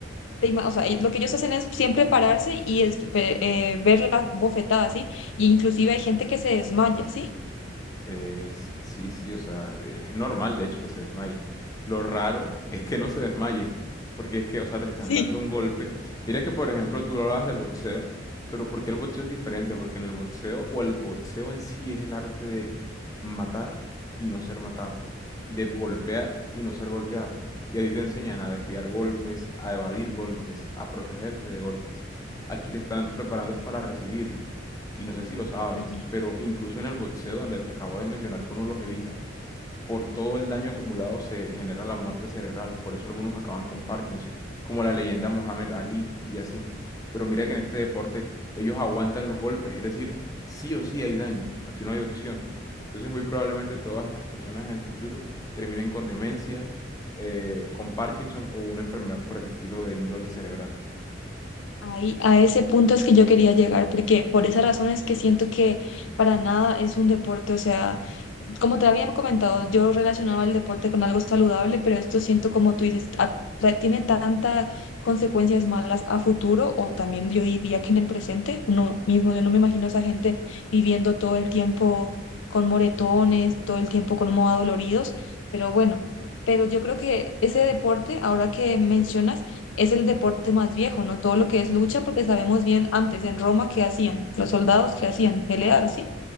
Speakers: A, on the left (about 80°); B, on the left (about 20°).
A: te ima- O sea, eh, lo que ellos hacen es siempre pararse y es- ve- eh, ver las bofetadas, ¿sí? Y inclusive hay gente que se desmaya, ¿sí?
B: Es- sí, sí, o sea, eh, es normal de hecho que se desmayen. Lo raro es que no se desmayen, porque es que, o sea, te están
A: Sí.
B: dando un golpe. Mira que, por ejemplo, tú hablabas del boxeo, pero ¿por qué el boxeo es diferente? Porque en el boxeo, o el boxeo en sí es el arte de matar y no ser matado, de golpear y no ser golpeado. Y a ti te enseñan a desviar golpes, a evadir golpes, a protegerte de golpes. Aquí te están preparando es para recibirlo y no sé si lo sabes,
A: Sí,
B: pero incluso en el boxeo, donde te acabo de mencionar que uno los evita, por todo el daño acumulado se genera la muerte cerebral, por eso algunos acaban con Parkinson, como la leyenda Mohamed Ali y así. Pero mira que en este deporte ellos aguantan los golpes, es decir, sí o sí hay daño, aquí no hay opción. Entonces muy probablemente todas estas personas en el futuro terminen con demencia, eh, con Parkinson o una enfermedad por el estilo de índole cerebral.
A: ahí a ese punto es que yo quería llegar, porque por esa razón es que siento que para nada es un deporte, o sea... Como te había comentado, yo relacionaba el deporte con algo saludable, pero esto siento como tú dices, a- tra- tiene tantas consecuencias malas a futuro o también yo diría que en el presente, uno mismo, yo no me imagino a esa gente viviendo todo el tiempo con moretones, todo el tiempo como adoloridos, pero bueno, pero yo creo que ese deporte, ahora que mencionas, es el deporte más viejo, ¿no? Todo lo que es lucha, porque sabemos bien antes en Roma qué hacían, los soldados qué hacían, pelear, ¿sí?